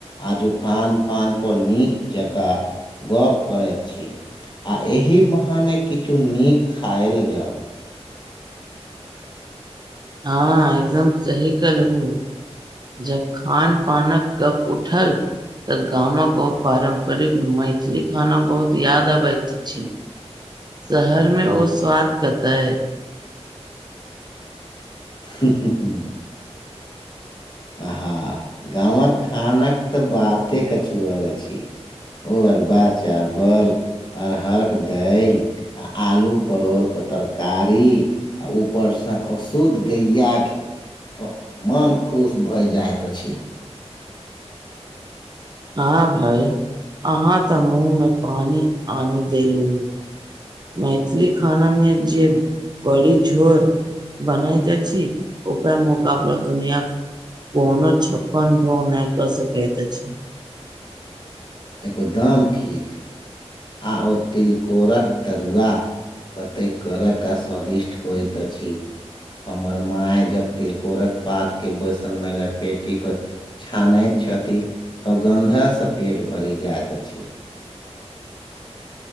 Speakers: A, on the left; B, on the right.
A: आजु खान- पान पर नीक जकाँ गोप करय छी, आ एहि बहाने किछु नीक खायल जाउ।
B: हँ, एकदम सही कलहु। जब खान- पानक गप उठल। तऽ गामक ओ पारम्परिक मैथिली खाना, बहुत याद अबैत अछि। शहर में ओ स्वाद कतह।
A: हूं हूं, आहा, गावक खानक तऽ बाते कछुआर अछि। ओ अरबा चावल, अरहरक दायल। आ आलू परोड़के तरकारी। आ ऊपर स शुद्ध गैया घी, ओह मन खु खुश भए जाइत अछी।
B: हँ भाय, अहाँ ते मुँह में पानी आनी देलू। मैथिली खाना मे जे, बड़ी झोर बनैत अछि। ओकर मुकाबला, दुनियाक कोनो छप्पन भोग नहि क सकैत अछि।
A: एगो दाम ठीक आ ओ तिलकोरक तरुआ कते करय क स्वादिष्ट होइत अछि। हमर माय जब तिलकोरक पात के बैसन मे लेपेटी क छानैत छथि तऽ गन्धा से पेट भरि जाइत अछि।